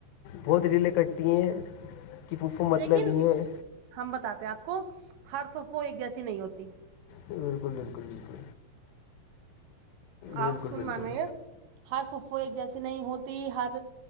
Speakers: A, on the left; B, on the right.
A: بہت ریلیں کٹتی ہیں پھپھو مطلب
B: لیکن
A: یہ ہے
B: ہم بتاتے ہیں آپ کو ہر پھپپو ایک جیسی نہیں ہوتی
A: بالکل بالکل بالکل بالکل
B: آپ <unintelligible>
A: بالکل
B: ہر پھو ایک جیسی نہیں ہوتی ہر